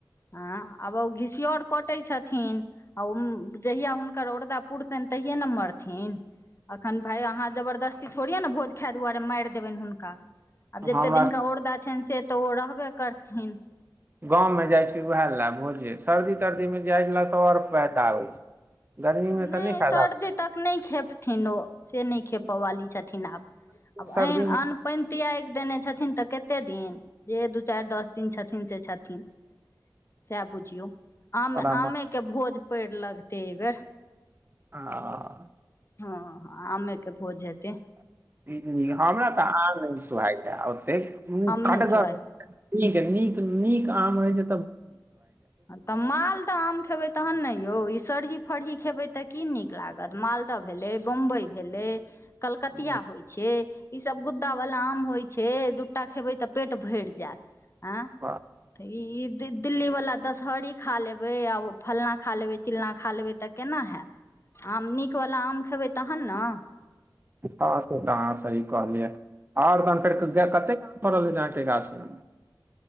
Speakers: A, on the left; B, on the right.
A: हँ, आब ओ घिसियोर कटै छथिन, आ जहिया हुनका हूनकर ओड़दा पुरतनि, तहिए ने मरथिन। एखन भाय अहाँ, जबरदस्ती थोड़िे ने भोज खाय दुआरे मारि देबनि हुनका। आब जतेक
B: हमरा
A: दिनका ओरदा छनि, से तऽ ओ रहबे करथिन।
B: गाँवमे जाइ छी उएह लाए भोजे, सर्दी- तर्दीमे जाय लए तऽ आओर फायदा होइ छै। गर्मीमे
A: नहि
B: तऽ फायदा
A: सर्दी
B: होइ
A: तक नहि खेपथिन ओ, से नहि खेपय वाली छथिन। छथिन आब। आब
B: छै सर्दीमे
A: अन अन्न- पानि तियाग देने छथिन, तऽ कते दिन? जे दू चारि, दस दिन छथिन, से छथिन। सएह बुझियौ,
B: बड़ा
A: आम, आमे के भोज पड़ि लगतै एहिबेर।
B: ह।
A: हँ, आमेके भोज हेतै।
B: हु, हमरा तऽ आम नहि सुहाएयै ओतेक हु
A: आम
B: खटगर
A: नहि छै
B: नै त नीक नीक आम है जे
A: आ त मालदह आम खेबै तखन ने यौ, ई सरही फरही खेबै त कि नीक लागत, मालदह भेलै, बम्बई भेलै कलकतिया
B: उम्म,
A: होइ छै ई सब गुद्दावला आम होइ छै, दु टा खेबै त पेट भरि जायत। आँ,
B: प-
A: त इ इ दिल्ली वला दसह री खा लेबै आ फल्लाँ खा लेबै चिल्लाँ खा लेबै त केना हैत। आम नीकवला आम खेबै तखन ने।
B: हँ से त अहाँ सही कहलियै आर तखन फेर कतेक फरल अहाँके गाछ मे।